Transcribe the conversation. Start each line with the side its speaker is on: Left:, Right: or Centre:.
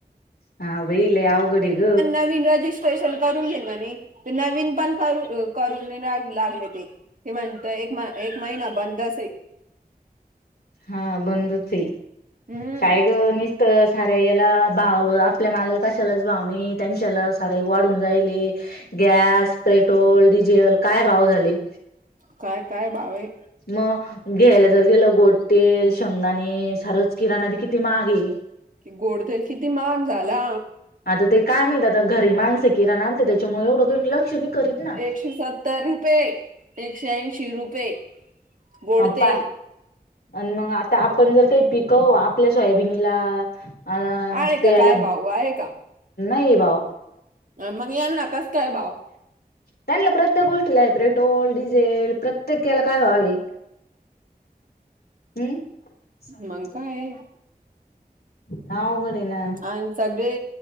Left: ह बेले या गोडग
Right: नवीनज ेशल करून घेल म्हणे नवीन पण कर करून लागले ते ते म्हणत एक म एक महिना बंद अस
Left: हा बंदची
Right: हम्म
Left: काय ग नि तर साऱ्या याला भाव आपल्या मालाला कशालाच भाव नाही त्यांच्याला साराई वाढून जायले गॅस पेट्रोल डिझेल काय भाव झाले
Right: काय काय बावे
Left: मग घ्यायला जर गेलं गोट्टेल शेंगदाणी सारच किराणा बी किती मागे
Right: की गोड तेल किती मग झाला
Left: आता ते काय माहत आता घरी माणसं किराण आणते त्याच्यामुळे एवढं का लक्ष नाही करीत ना
Right: एकशे सत्तर रुपये एकशे ऐंशी रुपये गोड
Left: अ
Right: तेल
Left: पा आणि मग आता आपण जर काही पिकव आपल्या सोयाबीनीला आ
Right: आहे
Left: तेला
Right: का काय भाऊ आहे का
Left: येई बाव
Right: मग या नकास काय भाव
Left: त्यांना प्रत्येक गोष्टीला पेट्रोल डिझेल प्रत्येक केला काय व्हावे हम्
Right: मग काय
Left: ना उघडे ना
Right: आणि सगळे